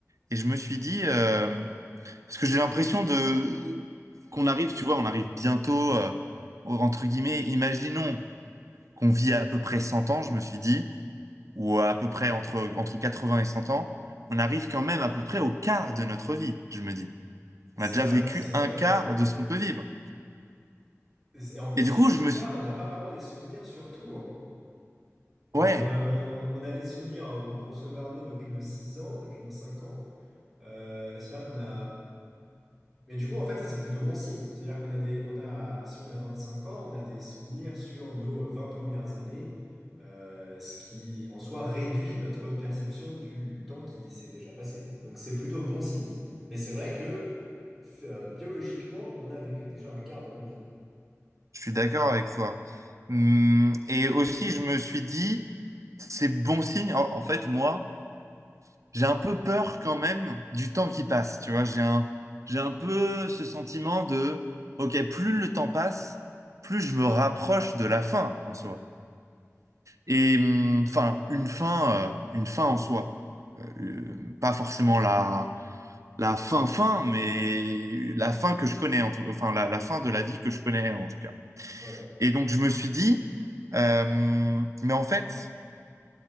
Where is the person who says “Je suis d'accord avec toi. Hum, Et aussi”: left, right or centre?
Right